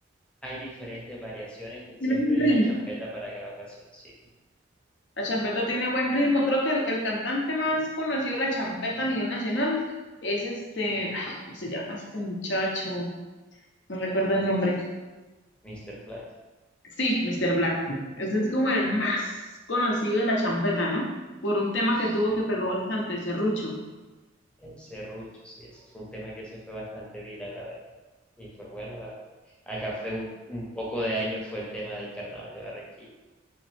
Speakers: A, in the centre; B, on the left (about 60°).
A: Hay diferentes variaciones y siempre
B: Tiene un
A: hay
B: ritmo.
A: una champeta para cada ocasión, sí.
B: La champeta tiene buen ritmo. Creo que el, el cantante más conocido de la champeta a nivel nacional es este, ay, ¿cómo se llama este muchacho? No recuerdo el nombre.
A: Mr. Black.
B: Sí, Mr. Black. Ese es como el más conocido de la champeta, ¿no? Por un tema
A: Sí.
B: que tuvo que pegó bastante, Serrucho.
A: El serrucho, sí, ese fue un tema que se fue bastante viral, la verdad. Y fue bueno, la verdad. Acá fue un, un poco de año, fue el tema del carnaval de Barranquilla.